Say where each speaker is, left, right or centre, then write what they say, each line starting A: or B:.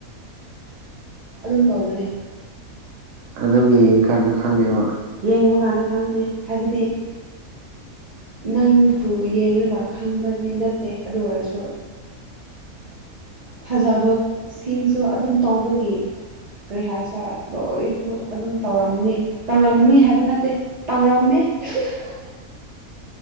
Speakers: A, on the right; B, on the right.
A: ꯑꯗꯨꯝ ꯇꯧꯕꯅꯦ
B: ꯑꯗꯨꯝ ꯌꯦꯡꯉꯀꯥꯟꯗ ꯈꯪꯉꯦꯕ
A: ꯌꯦꯡꯕꯀꯥꯟꯗ ꯈꯪꯉꯦ ꯍꯥꯏꯕꯗꯤ ꯅꯪꯕꯨ ꯌꯦꯡꯂꯒ ꯈꯪꯕꯗꯤ ꯅꯠꯇꯦ ꯑꯗꯨ ꯑꯣꯏꯔꯁꯨ ꯊꯥꯖꯕ ꯁꯤꯡꯁꯨ ꯑꯗꯨꯝ ꯇꯧꯕꯒꯤ ꯀꯔꯤ ꯍꯥꯏꯁꯦꯔ ꯂꯣꯏꯁꯨ ꯑꯗꯨꯝ ꯇꯧꯔꯝꯅꯤ ꯇꯧꯔꯝꯅꯤ ꯍꯥꯏꯕ ꯅꯠꯇꯦ ꯇꯧꯔꯝꯃꯦ <unintelligible>